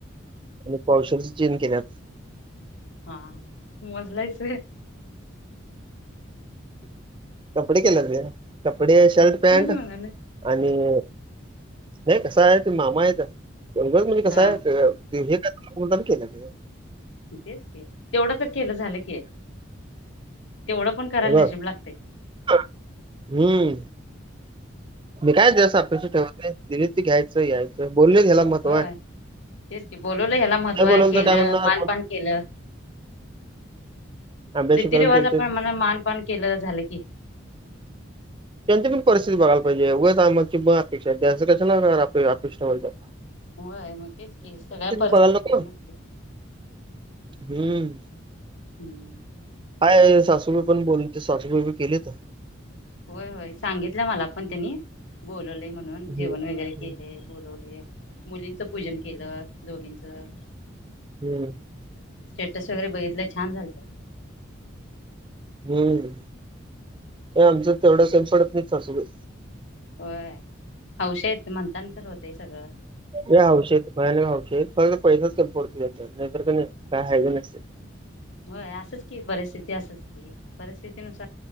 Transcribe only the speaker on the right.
आणि पावशलची चिन केल्यात.
कपडे केलेत काय कपडे शर्ट पॅन्ट
आणि <inaudible> हे कसा आहे ते मामा आहेत, उगच म्हणजे कसा
आहे हे काय मुद्दाम केलं काय?
बघ.
हम्म मी काय लक्ष ठेवते नाय दिलीत ते घ्यायचं यायचं बोलले ह्याला महत्व
आहे.
नाही बोलवलं
तर काय म्हणणार
कोण
<inaudible> अभ्यासीकरण
केलं ते
त्यांची पण पारस- तिथी बघायलं पाहिजे उगाच आमची अपेक्षा ठेवायला पाहिजे?
बघायला नको.
हम्म.
हाय सासूबाई पण बोलते, सासूबाई बी केलीत.
हम्म.
हम्म.
हम्म.
हम्म आमचं तेवढंयात कमी पडत नाही सासूबाई.
लय हौशी आहेत भयानक हौशी आहेत फक्त पैसाच कमी पडतो यांच्यात. नाही तर का नई काय हाय का नस्तिये.